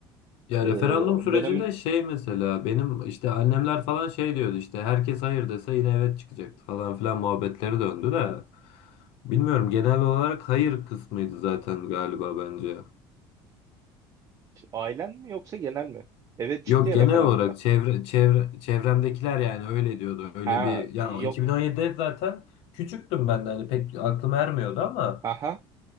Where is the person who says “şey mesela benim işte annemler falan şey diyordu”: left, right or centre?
Left